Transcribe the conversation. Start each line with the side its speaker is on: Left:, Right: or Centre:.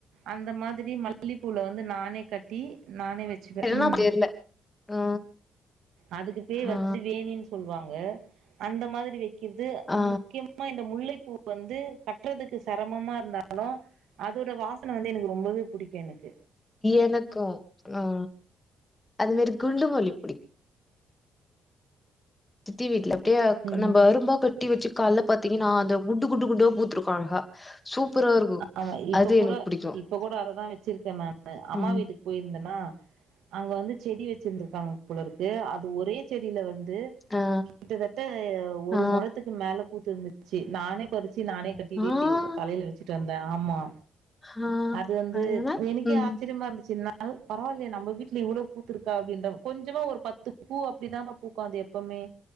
Right: அந்த மா திரி மல்லிப்பூல வந்து நானே கட்டி நானே வச் சுப்பே
Left: என்னன்னா
Right: ம்
Left: தெரியல. ஆ,
Right: அதுக்கு பேர்
Left: ஆ,
Right: வந்து வேணினு சொல்வாங்க அந்த மாதிரி வெக்கிற்து
Left: ஆ,
Right: முக்கியமா இந்த முல்லைப்பூ வந்து கட்றதுக்கு செரமமா இருந்தாலு அதோட வாசன வந்து எனக்கு ரொம்பவே புடிக்கும் எனக்கு
Left: எனக்கு அ அது மேரி குண்டுமல்லி புடிக்கு சித்தி வீட்ல அப்டியே
Right: ம்
Left: நம்ம ரொம்ப கட்டி வச்சு கால்ல பாத்தீங்கனா அந்த குண்டு குண்டு குண்டா பூத்துருக்கு அழகா சூப்பரா இருக்கும்.
Right: ஆமா இப்ப
Left: அது
Right: கூட
Left: எனக்கு பிடிக்கும்.
Right: இப்ப கூட அததா வச்சிருக்கே நானு அம்மா
Left: ம்.
Right: வீட்டுக்கு போய்ருந்தன்னா அங்க வந்து செடி வச்சிருந்திருக்காங்க போலருக்கு அது ஒரே செடில வந்து
Left: ஆ,
Right: கிட்டத்தட்ட ஒரு
Left: ஆ,
Right: மொலத்துக்கு மேல பூத்திருந்துச்சு நானே பறிச்சு நானே கட்டி
Left: ஆ.
Right: தலைல வச்சுட்டு வந்தே ஆமா
Left: ஆ
Right: அது வந்து
Left: அதனால
Right: எனுக்கே
Left: ம்
Right: ஆச்ச யமா இருந்துச்ன்னா பரவால்லியே நம்ம வீட்லயே இவ்ளோ பூத்துருக்கா அப்டின்ற கொஞ்சமா ஒரு பத்து பூ அப்டித்தாங்க பூக்கோ அது எப்பமே